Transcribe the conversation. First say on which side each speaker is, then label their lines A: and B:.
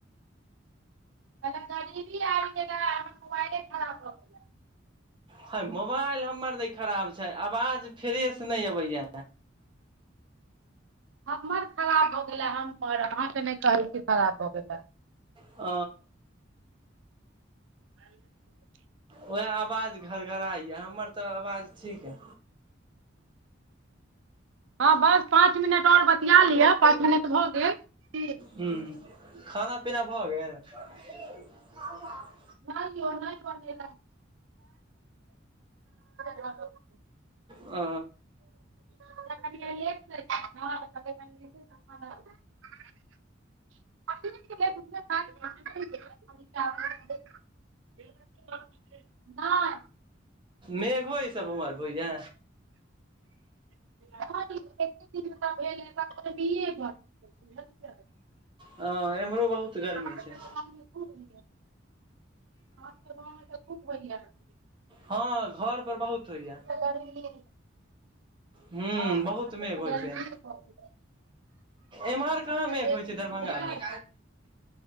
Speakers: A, on the right (about 80°); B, on the right (about 25°).
A: <unintelligible>
B: है मोबाइल हमर नै खराब छैय आवाज फ्रेश नय अबैया
A: हमर खराब भऽ गेलए हमर अहाँके नहि कहै छी खराब भऽ गेल या
B: अ
A: <inaudible>
B: वएह आवाज घड़घराइ यऽ हमर तऽ आवाज ठीक ह
A: हँ बस पाँच मिनट और बतिया लिअ पाँच मिनट भऽ गेल की
B: हुँ खाना पीना भऽ गेल <unintelligible>
A: नहि यौ नहि बने ल <unintelligible>
B: अ
A: <unintelligible> नहि
B: मेघो ई सब उमर भोइया
A: <unintelligible>
B: ह एम्हरो बहुत गर्मी
A: अहाँके
B: छैय
A: तऽ गाममे खूब होइए <unintelligible> <unintelligible>
B: हँ घर पर बहुत होइया
A: गर्मीए
B: हूँ
A: हँ अहाँके
B: बहुत मेघ
A: तऽ
B: होइ
A: गर्मीए
B: छैक
A: बहुत
B: एम्हर कहाँ
A: आ तऽ
B: मेघ होइ
A: एक
B: छै
A: दिन
B: दरभंगामे
A: भेलै